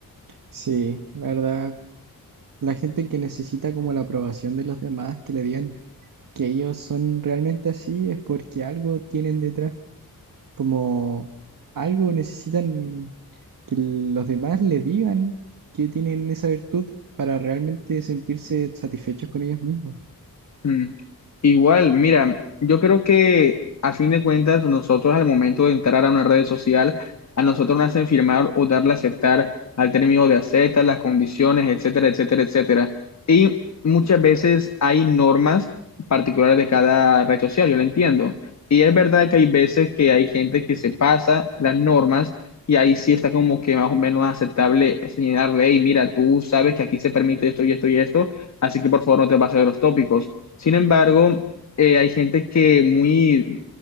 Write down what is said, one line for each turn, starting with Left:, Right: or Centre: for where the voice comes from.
Right: Sí, la verdad, la gente que necesita como la aprobación de los demás, que le digan que ellos son realmente así, es porque algo tienen detrás. como algo necesitan que los demás le digan que tienen esa virtud para realmente sentirse satisfechos con ellos mismos.
Left: Mm. Igual, mira, yo creo que a fin de cuentas nosotros al momento de entrar a una red social, a nosotros nos hacen firmar o darle a aceptar al término de acepta, las condiciones, etcétera, etcétera, etcétera. Y muchas veces hay normas particulares de cada red social, yo lo entiendo. Y es verdad que hay veces que hay gente que se pasa las normas y ahí sí está como que más o menos aceptable señalarle, y mira, tú sabes que aquí se permite esto y esto y esto, así que por favor no te pases de los tópicos. Sin embargo, eh, hay gente que muy